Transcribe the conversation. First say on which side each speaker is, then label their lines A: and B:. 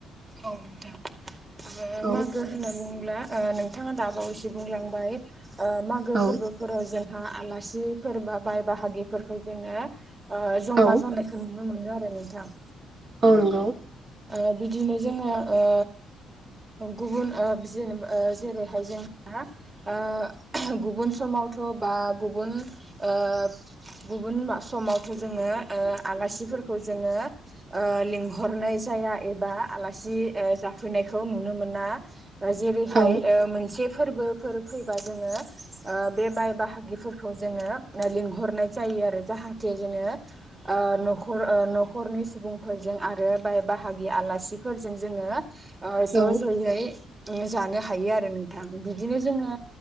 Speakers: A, on the right; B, on the right.
A: औ नोंथां
B: औ
A: मागो होनना बुंङोला ओ नोंथाङा दाबावैसो बुंलांबाय ओ मागो
B: औ
A: फोर्बोफोराव जोंहा आलासिफोर बा बाय बाहागिफोरखौ जोङो ओ जमा
B: औ
A: जानायखौ नुनो मोनो आरो नोंथां।
B: औ नंगौ‌।
A: ओ बिदिनो जोङो ओ गुबुन ओ जेनेबा ओ जेरैहाय जोंहा ओ गुबुन समावथ' बा गुबुन ओ गुबुन समावथ' जोङो ओ आलासिफोरखौ जोङो ओ लिंहरनाय जाया एबा आलासि ओ जाफैनायखौ नुनो मोना। ओ जेरैहाय
B: औ
A: ओ मोनसे फोर्बोफोर फैबा जोङो ओ बे बाय बाहागिफोरखौ जोङो ओ लिंहरनाय जायो आरो जाहाथे जोङो ओ न'खर न'खरनि सुबुंफोरजों आरो बाय बा भागि आलासिफोरजों जोङो ओ
B: औ
A: ज' ज'यै जानो हायो आरो नों थां बिदिनो जोङो